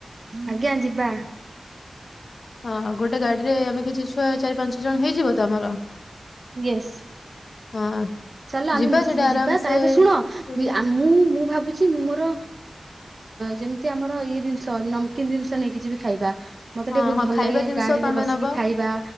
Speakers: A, on the right (about 60°); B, on the left (about 85°).
A: ଆଜ୍ଞା ଯିବା।
B: ହଁ ଗୋଟେ ଗାଡିରେ ଆମେ କିଛି ଛୁଆ ଚାରି ପାଞ୍ଚ ଜଣ ହେଇଯିବ ତ ଆମର।
A: ଇଏସ୍।
B: ହଁ।
A: ଚାଲ ଆମେ
B: ଯିବା
A: ମିଶିକି
B: ସେଠି ଆରାମସେ
A: ଯିବା ତାହେଲେ ଶୁଣ
B: ଯୋଉଠି
A: ମୁଁ, ମୁଁ ଭାବୁଛି ଅଛି ମୁଁ ମୋର ଯେମିତି ଆମର ଇଏ ଜିନିଷ ନମକିନ ଜିନିଷ ନେଇକି ଜିବି ଖାଇବା। ମତେ
B: ହଁ
A: ଟିକେ ବହୁତ
B: ହଁ
A: ଭଲ
B: ଖାଇବା
A: ଲାଗେ
B: ଜିନିଷ
A: ଗାଡିରେ
B: ତମେ
A: ବସିକି
B: ନବ
A: ଖାଇବା